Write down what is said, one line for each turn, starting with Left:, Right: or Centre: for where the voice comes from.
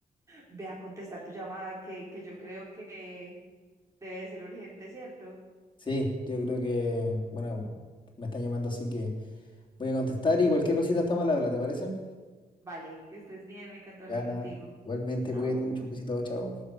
Right: Ve a contestar tu llamada que, que yo creo que Debe de ser urgente, ¿cierto?
Left: Sí, yo creo que, bueno, me están llamando, así que voy a contestar y cualquier cosita estamos al habla, ¿te parece?
Right: Vale, que estés bien, me encantó hablar
Left: Ya,
Right: contigo.
Left: nada. Igualmente,
Right: Chao.
Left: cuídate mucho, un besito, chao.